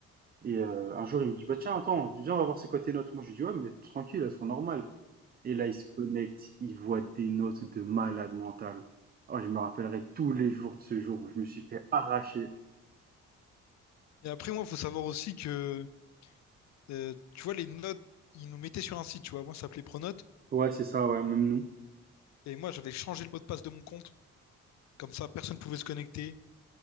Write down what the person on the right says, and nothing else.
Et heu, un jour, il me dit: «Bah, tiens, attends, viens, on va voir c'est quoi tes notes». Moi, je lui dis: «Ouais, mais tranquille, elles sont normales». Et là, il se connecte, il voit des notes de malade mental. Oh, je me rappellerai tous les jours de ce jour où je me suis fait arracher.
Ouais, c'est ça, ouais, même nous.